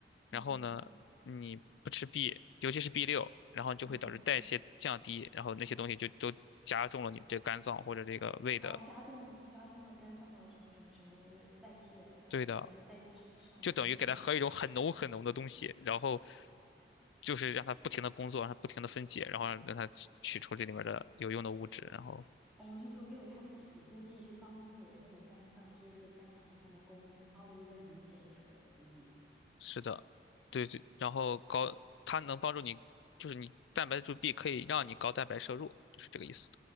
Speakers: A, on the left (about 85°); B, in the centre.
A: 然后呢，
B: 嗯
A: 你不吃 B，尤其是 B 六，然后就会导致代谢降低，
B: 嗯，
A: 然后那些东西就都加重了你这肝脏或者这个胃的。
B: 哦，加重加重了肝脏的什么什么什么代谢，然后呢，
A: 对的，
B: 相当于说代谢上不去，
A: 就等于给它喝一种很浓很浓的东西，
B: 然后
A: 然后就是让它不停的工作，让它不停的分解，然后让它取取出这里面的有用的物质。然后
B: 哦，就是说没有它那个辅助剂去帮你的那个肝脏，就是说加强它的功能。哦，我有点理解你说的那个意思。
A: 是的，对对，然后高它能帮助你，就是你蛋白质 B 可以让你高蛋白摄入，就是这个意思。